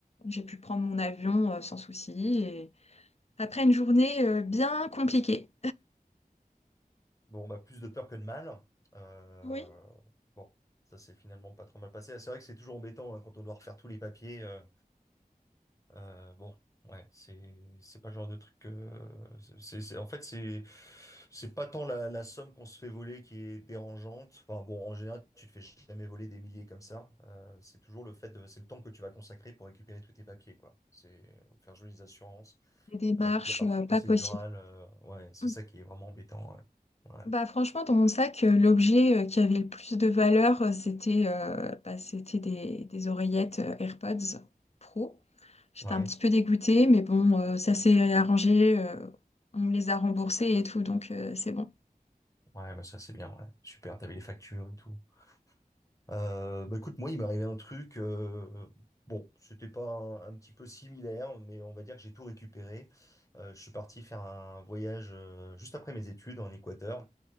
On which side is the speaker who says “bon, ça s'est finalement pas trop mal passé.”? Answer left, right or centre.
Left